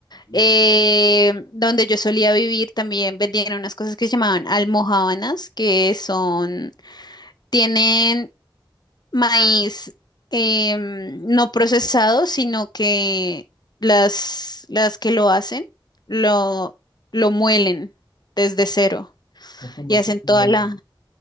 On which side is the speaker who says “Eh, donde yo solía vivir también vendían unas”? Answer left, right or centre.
Left